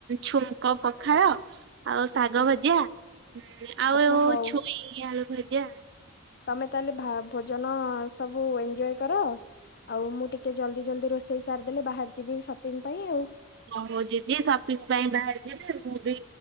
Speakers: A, on the right; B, on the left.
A: ଛୁଙ୍କ ପଖାଳ ଆଉ ଶାଗ
B: ଆଚ୍ଛା
A: ଭଜା ଆଉ
B: ଆଚ୍ଛା ହଉ
A: ଛୁଇଁ ଆଳୁ ଭଜା।
B: ତମେ ତାହେଲେ ଭୋଜନ ସବୁ ଏଞ୍ଜୟ କର ଆଉ ମୁଁ ଟିକେ ଜଲ୍ଦି ଜଲଦି ରୋଷେଇ ସାରି ଦେଲେ ବାହାରି ଯିବେ ସପିଙ୍ଗ ପାଇଁ ଆଉ
A: ହ ହଉ ଦିଦି ସପିଙ୍ଗ ପାଇଁ ବାହାରି ଯିବେ ମୁଁ ବି